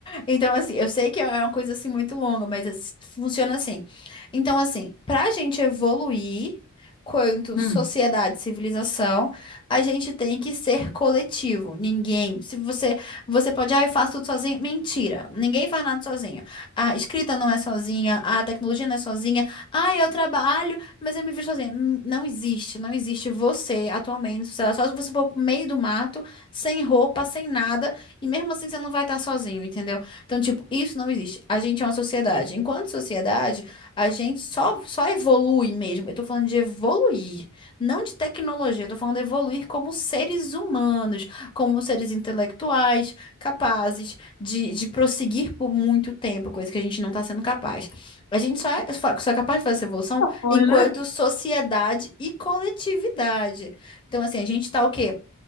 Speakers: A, on the left; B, on the left.
A: Então, assim, eu sei que é é uma coisa assim muito longa, mas as- funciona assim. Então, assim, pra gente evoluir quanto
B: Hum.
A: sociedade, civilização, a gente tem que ser coletivo. Ninguém, se você, você pode, ah, eu faço tudo sozinho. Mentira, ninguém faz nada sozinho. A escrita não é sozinha, a tecnologia não é sozinha. Ah, eu trabalho, mas eu me vejo sozinha. Hum, Não existe, não existe você atualmente, sei lá, só se você for pro meio do mato sem roupa, sem nada, e mesmo assim você não vai estar sozinho, entendeu? Então, tipo, isso não existe. A gente é uma sociedade. Enquanto sociedade, a gente só, só evolui mesmo. Eu tô falando de evoluir, não de tecnologia, eu tô falando de evoluir como seres humanos, como seres intelectuais, capazes de, de prosseguir por muito tempo, coisa que a gente não está sendo capaz. A gente só é, só é capaz de fazer essa evolução
B: Foi,
A: enquanto
B: né?
A: sociedade e coletividade. Então, assim, a gente tá o quê?